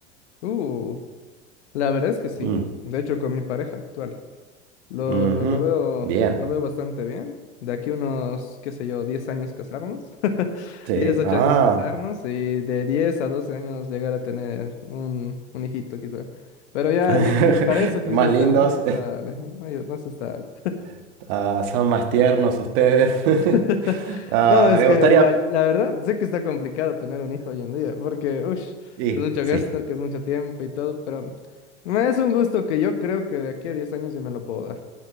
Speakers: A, on the left (about 65°); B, on the right (about 55°).
A: Uh, la verdad es que sí.
B: Mm,
A: De hecho, con mi pareja actual, lo,
B: ujú,
A: lo, lo veo,
B: Bien,
A: lo veo bastante bien. De aquí unos, qué sé yo, 10 años casarnos.
B: sí.
A: diez ocho
B: Ah,
A: años casarnos y de 10 a 12 años llegar a tener un, un hijito quizá. Pero ya,
B: <laughs>
A: ya qui- para eso quiso
B: más
A: estar
B: lindos,
A: muy estable, muy- más estable.
B: <laughs> ah, son más tiernos ustedes. <laughs>
A: <laughs>
B: Ah,
A: No, es
B: me
A: que
B: gustaría...
A: la, la verdad sé que está complicado tener un hijo hoy en día, porque ush,
B: Sí,
A: es mucho
B: sí.
A: gasto, que es mucho tiempo y todo, pero mm, es un gusto que yo creo que de aquí a 10 años yo me lo puedo dar.